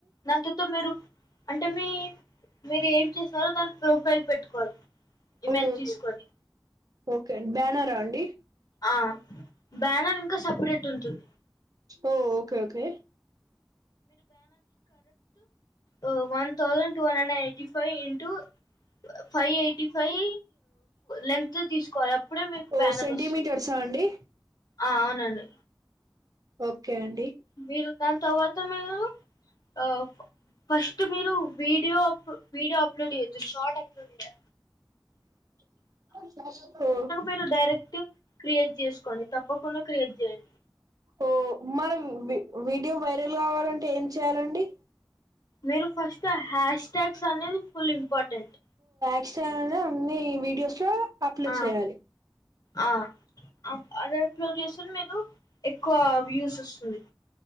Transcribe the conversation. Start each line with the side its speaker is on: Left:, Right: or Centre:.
Left: దాన్ తర్వాత మీరు అంటే మీ మీరేం చేసారో దాన్ ప్రొఫైల్ పెట్టుకోవాల్ ఇమేజ్
Right: ఓ
Left: తీస్కొని
Right: ఓకే అం బ్యానరా అండి
Left: ఆ బ్యానర్ ఇంకా సపరేట్ ఉంటుంది.
Right: ఓ ఓకే ఓకే
Left: ఓ one thousand two hundred and eighty five into five eighty five length తీస్కోవాలె అప్పుడే మీకు
Right: ఓ
Left: బ్యానర్
Right: సెంటీమీటర్సా
Left: వస్తుం
Right: అండి
Left: ఆ అవునండి.
Right: ఓకే అండి
Left: మీరు దాన్ తర్వాత మీరు ఆ ఫస్ట్ మీరు వీడియో అప్ వీడియో అప్లోడ్ చేయద్దు షార్ట్ అప్లోడ్ చేయా
Right: <inaudible> హో
Left: మీరు డైరెక్ట్ క్రియేట్ చేసుకోండి తప్పకుండా క్రియేట్ చేయండి
Right: హో మన వి వీడియో వైరల్ కావాలంటే ఏం చేయాలండి.
Left: మీరు ఫస్ట్ హ్యాష్ టాగ్స్ అనేవి ఫుల్ ఇంపార్టెంట్
Right: ఎక్స్ట్రా అన్ని ఉన్నయ్ వీడియోస్లో అప్లోడ్
Left: ఆ
Right: చేయాలి.
Left: ఆ అ అద్ అప్లోడ్ చేస్కోన్ మీరు ఎక్కువ వ్యూస్ వస్తన్నయి